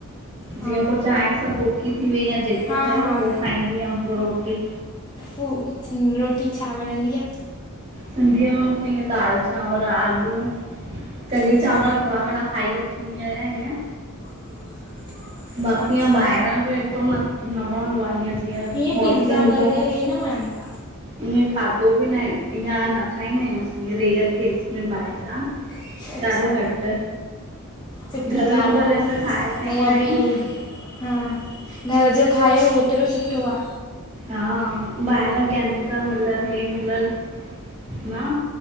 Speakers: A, on the left; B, on the right.
A: हा
B: जीअं पोइ चायं सां कोकी थी वई या जेको
A: हा
B: ठहियो
A: हा
B: उहो खाईदी हुयमि पो रोटी
A: पो रोटी छा वणंदी आहे?
B: सिंधीअ में मुंखे ईअं दालि, चांवर, आलू कड़ी-
A: अच्छा
B: चांवर, थोरा घणा खाई वठंदीया ईयं
A: <inaudible>
B: बाक़ी
A: अच्छा
B: इअं ॿाहरा जो ऐतिरो न, न वणंदो आ ईअं जीअं
A: हीअं
B: होटलुनि
A: पिज़्ज़ा बर्गर
B: जो
A: हे न वणंदो
B: ईअं खाधो बि नाहे ईअं न खाईदा आहियूं, असां रेयर केस में बाऐ चांअस
A: आहे अच्छा
B: ॾाढो घटि,
A: सुठी
B: घरु
A: ॻाल्हि
B: में भले
A: आहे न
B: असां ठाहे खाईदा
A: हूअं
B: आहियूं।
A: बि हा, घरु जो खायो ओतिरो सुठो आ
B: हा ॿाहर केमिकल मिलयलु हे मिलयल, न